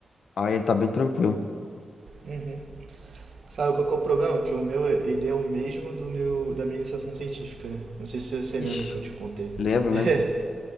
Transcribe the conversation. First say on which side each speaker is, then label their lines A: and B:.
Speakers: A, on the left; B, on the right.
A: aí ele tá bem tranquilo.
B: Uhum. Sabe qual que é o problema? Que o meu, é- ele é o mesmo do meu, da minha iniciação científica, né? Não sei se você lembra
A: Ixi,
B: que eu te contei.
A: lembro,
B: <laughs>
A: lembro.